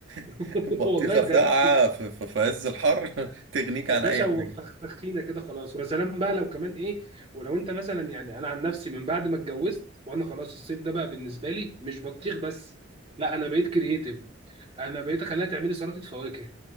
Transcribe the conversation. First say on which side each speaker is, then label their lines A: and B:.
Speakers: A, on the right (about 30°); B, on the right (about 85°).
A: <laughs>
B: <laughs> بطيخة
A: والله بجد
B: ساقعة في, في, في عز الحر <laughs> تغنيك
A: يا
B: عن
A: باشا
B: اي
A: وفخفخينا
B: حاجة
A: كده خلاص ويا سلام بقى لو كمان ايه ولو انت مثلا يعني انا عن نفسي من بعد ما اتجوزت وانا خلاص الصيف ده بقى بالنسبه لي مش بطيخ بس لا انا بقيت كرييتيف انا بقيت اخليها تعملي سلطه فواكه